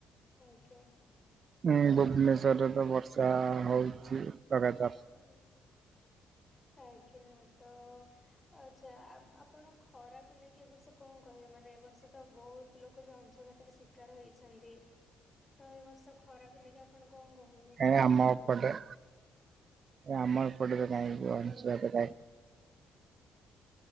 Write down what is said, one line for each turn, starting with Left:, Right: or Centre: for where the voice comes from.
Left: ଆଜ୍ଞା।
Right: ହଁ
Left: ଅ
Right: ଭୁବନେଶ୍ୱର
Left: ତ
Right: ରେ ତ ବର୍ଷା ହଉଛି ଲଗାତାର।
Left: ଆଜ୍ଞା ଆଜ୍ଞା ତ ଆଚ୍ଛା ଆପଣ ଖରାକୁ ନେଇକି ଏ ବର୍ଷ କଣ କହିବେ? ମାନେ ଏ ବର୍ଷ ତ ବହୁତ ଲୋକ ବି ଅଂଶୁଘାତର ଶିକାର ହେଇଛନ୍ତି। ତ ଏ ବର୍ଷ ଖରାକୁ ନେଇକି ଆପଣ କଣ କହିବେ?
Right: ନାଇଁ ଅମ ଅପଟେ ଆମର ପଟେ ତ କାଇଁ ଅଂଶୁଘାତ କାଇଁ।